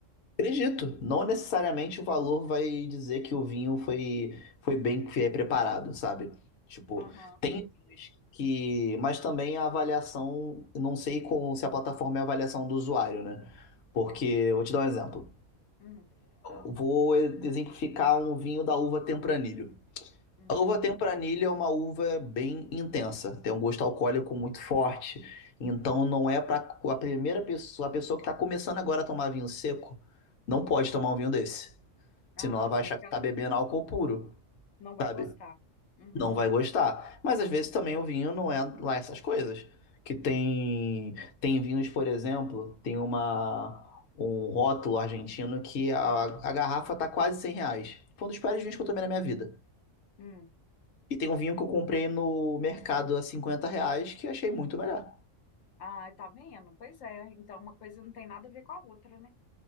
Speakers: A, on the left; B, on the left.
A: Acredito, não necessariamente o valor vai dizer que o vinho foi, foi bem eh, preparado, sabe? Tipo,
B: Aham.
A: tem vinhos que. Mas também a avaliação, não sei com, se a plataforma é a avaliação do usuário, né? Porque, vou te dar um exemplo.
B: Uhum.
A: Vou exemplificar um vinho da uva Tempranilho.
B: Uhum.
A: A uva Tempranilho é uma uva bem intensa, tem um gosto alcoólico muito forte. Então, não é para a primeira pessoa, a pessoa que está começando agora a tomar vinho seco, não pode tomar um vinho desse.
B: Ah,
A: Senão ela vai
B: sim,
A: achar
B: porque
A: que
B: ela
A: tá bebendo álcool puro,
B: não vai
A: sabe?
B: gostar. Uhum.
A: Não vai gostar. Mas às vezes também o vinho não é lá essas coisas. Que tem tem vinhos, por exemplo, tem uma um rótulo argentino que a, a garrafa tá quase 100 reais. Foi um dos piores vinhos que eu tomei na minha vida.
B: Uhum.
A: E tem um vinho que eu comprei no mercado a 50 reais que eu achei muito melhor.
B: Ah, tá vendo? Pois é, então uma coisa não tem nada a ver com a outra, né?